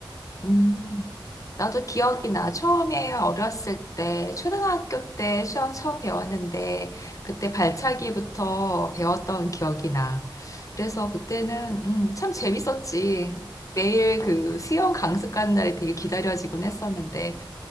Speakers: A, on the left; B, on the left.
A: 음. 나도 기억이 나. 처음에 어렸을 때, 초등학교 때 수영 처음 배웠는데, 그때 발차기부터
B: 음,
A: 배웠던 기억이 나. 그래서
B: 아,
A: 그때는,
B: 그래?
A: 음, 참 재밌었지. 매일
B: 음,
A: 그 수영 강습 가는 날이 되게 기다려지곤 했었는데.